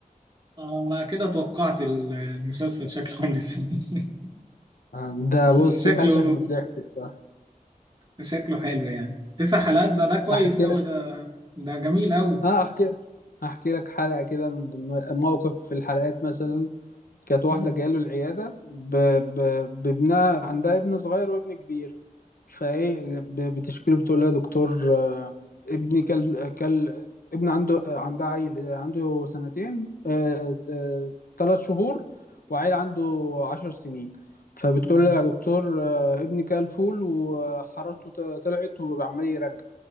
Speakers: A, on the right; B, on the left.
A: آه، أنا كده توقعت المسلسل شكله عامل ازاي <laughs>
B: آه، ده بص
A: بس شكله
B: يهلك من الضحك الصراحة
A: شكله حلو يعني تسع حلقات ده ده كويس
B: احكي
A: أوي ده ده جميل أوي
B: اه احكي احكي لك حلقه كده من ضمن موقف في الحلقات مثلا كانت واحده
A: مم.
B: جايه له العياده ب... ب... بابنها عندها ابن صغير وابن كبير فايه ب... بتشكيله بتقول له يا دكتور آه، ابني كل كل ابن عنده آه، عندها عيل آه، عنده سنتين آه، آه، ثلاث شهور وعيل عنده عشر سنين فبتقول
A: مم.
B: له يا دكتور آه، ابني كل فول وحرارته ط- طلعت وعمال يرجع